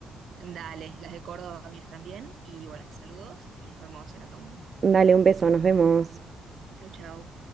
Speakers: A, on the right; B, on the right.
A: Dale, las de Córdoba mías también. Y bueno, saludos y nos vemos en otro momento.
B: Dale un beso, nos vemos.
A: Chau, chau.